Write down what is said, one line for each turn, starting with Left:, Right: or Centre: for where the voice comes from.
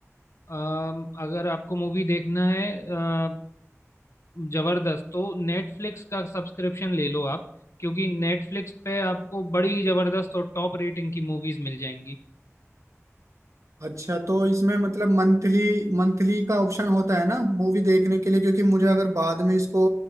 Left: अम, अगर आपको मूवी देखना है अ, जबरदस्त तो नेटफ्लिक्स का सब्सक्रिप्शन ले लो आप क्योंकि नेटफ्लिक्स पे आपको बड़ी ही जबरदस्त और टॉप रेटिंग की मूवीज मिल जाएंगी
Right: अच्छा तो इसमें मतलब मंथली मंथली का ऑप्शन होता है ना मूवी देखने के लिए क्योंकि मुझे अगर बाद में इसको